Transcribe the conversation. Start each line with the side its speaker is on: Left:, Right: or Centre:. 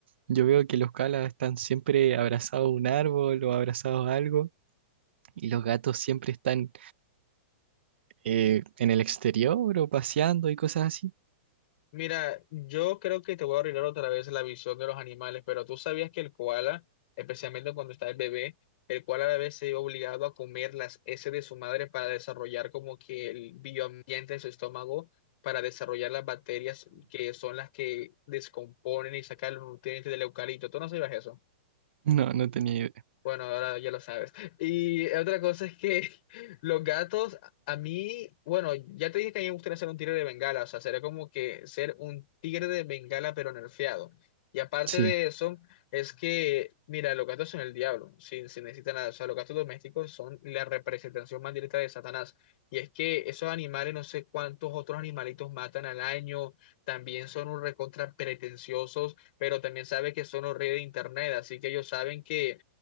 Right: yo veo que los koalas están siempre abrazados a un árbol o abrazados a algo, y los gatos siempre están eh, en el exterior o paseando y cosas así.
Left: Mira, yo creo que te voy a arreglar otra vez la visión de los animales, pero tú sabías que el koala, especialmente cuando está el bebé, el koala a veces se ve obligado a comer las heces de su madre para desarrollar como que el bioambiente en su estómago, para desarrollar las bacterias que son las que descomponen y sacan los nutrientes del eucalipto. ¿Tú no sabías eso?
Right: No, no tenía idea.
Left: Bueno, ahora ya lo sabes. Y otra cosa es que <laughs> los gatos, a mí, bueno, ya te dije que a mí me gustaría ser un tigre de Bengala, o sea, sería como que ser un tigre de Bengala pero nerfeado. Y aparte
Right: Sí,
Left: de eso, es que, mira, los gatos son el diablo, sin, sin necesitar nada. O sea, los gatos domésticos son la representación más directa de Satanás. Y es que esos animales, no sé cuántos otros animalitos matan al año, también son un recontra pretenciosos, pero también sabe que son los reyes de internet, así que ellos saben que